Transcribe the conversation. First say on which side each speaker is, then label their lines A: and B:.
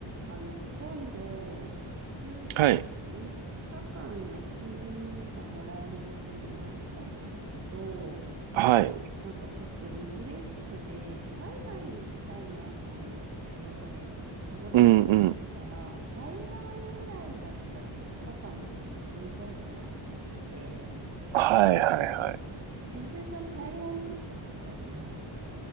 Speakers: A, on the right; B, on the right.
A: あの、今度、休3日間休みがもらえることになったんですけど、
B: はい。はい。
A: なんかちょっとリフレッシュで、海外に行きたいなと思って、友達と言ってたら、
B: うんうん。
A: 台湾ぐらいだったら3日間で楽しめそうじゃないって言ってて、
B: はいはいはい。
A: 俊平さん、台湾って行ったことあります